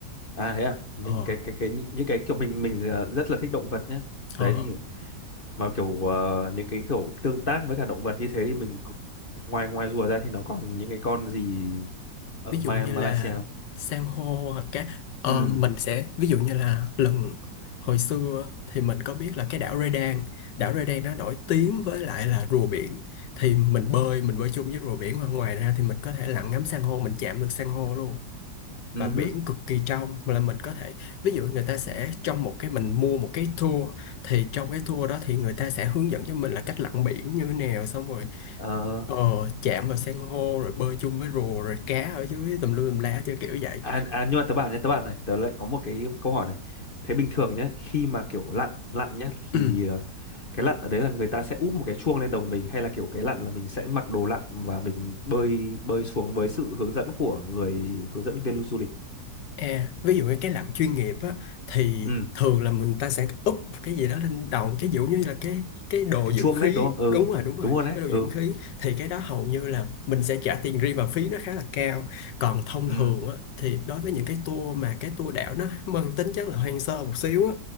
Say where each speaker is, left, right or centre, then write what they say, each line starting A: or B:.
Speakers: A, on the left; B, on the left.
A: à thế à mình
B: ờ
A: cái cái cái những những cái kiểu mình mình ờ, rất là thích động vật nhé đấy
B: ờ
A: thì mà kiểu ờ, những cái kiểu tương tác với cả động vật như thế thì mình cũng- ngoài ngoài rùa ra thì nó còn những cái con gì ở
B: ví
A: Ma
B: dụ như
A: Malaysia
B: là
A: không?
B: san hô hoặc cái ờ,
A: Ừ,
B: mình sẽ ví dụ như là lần hồi xưa thì mình có biết là cái đảo Redan đảo Redan nó nổi tiếng với lại là rùa biển thì mình bơi mình bơi chung với rùa biển và ngoài ra thì mình có thể lặn ngắm san hô mình chạm được san hô luôn
A: ừ.
B: và biển cực kỳ trong mà là mình có thể ví dụ người ta sẽ trong một cái mình mua một cái tour thì trong cái tour đó thì người ta sẽ hướng dẫn cho mình là cách lặn biển như thế nào xong rồi
A: Ờ,
B: Ờ, chạm vào san hô rồi bơi chung với rùa rồi cá ở dưới tùm lum tùm lá chơi kiểu vậy
A: à, à nhưng mà tớ bảo nhé, tớ bảo này, tớ lại có một cái câu hỏi này. Thế bình thường nhé, khi mà kiểu lặn lặn nhé thì
B: ừ.
A: ờ, cái lặn ở đấy là người ta sẽ úp một cái chuông lên đầu mình hay là kiểu cái lặn là mình sẽ mặc đồ lặn và mình bơi bơi xuống với sự hướng dẫn của người hướng dẫn viên du lịch.
B: À, ví dụ như cái lặn chuyên nghiệp á thì
A: Ừ,
B: thường là mình ta sẽ úp một cái gì đó lên đầu cái ví dụ như là cái cái đồ
A: cái
B: dưỡng
A: chuông
B: khí
A: đấy đúng không? Ừ,
B: đúng rồi đúng rồi
A: đúng rồi đấy.
B: cái đồ
A: Ừ.
B: dưỡng khí thì cái đó hầu như là mình sẽ trả tiền riêng và phí nó khá là cao còn thông
A: Ừ.
B: thường á thì đối với những cái tour mà cái tour đảo nó mang tính chất là hoang sơ một xíu á